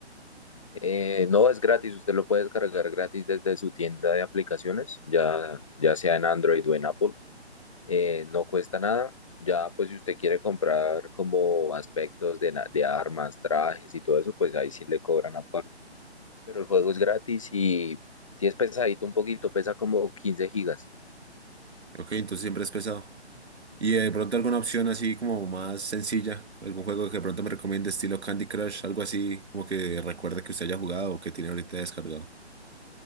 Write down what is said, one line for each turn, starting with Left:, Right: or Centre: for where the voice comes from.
Left: Eh, no es gratis, usted lo puede descargar gratis desde su tienda de aplicaciones, ya, ya sea en Android o en Apple. Eh, no cuesta nada. Ya, pues si usted quiere comprar como aspectos de, na- de armas, trajes y todo eso, pues ahí sí le cobran aparte. pero el juego es gratis y si es pesadito un poquito, pesa como 15 gigas.
Right: Ok, entonces siempre es pesado. ¿Y eh, de pronto alguna opción así como más sencilla? ¿Algún juego que de pronto me recomiende estilo Candy Crush? Algo así como que recuerde que usted haya jugado o que tiene ahorita descargado.